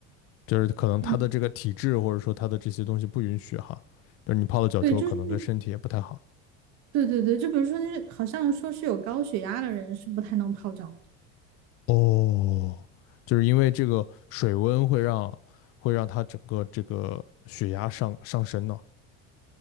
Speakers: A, on the left; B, on the right.
A: 就是可能他的这个体质或者说他的这些东西不允许哈，
B: 嗯，
A: 就是你泡了脚之后可能对身体也不太好。
B: 对，就是对对对，就比如说那好像说是有高血压的人是不太能泡脚的，
A: 哦，就是因为这个水温会让会让他整个这个血压上上升呢。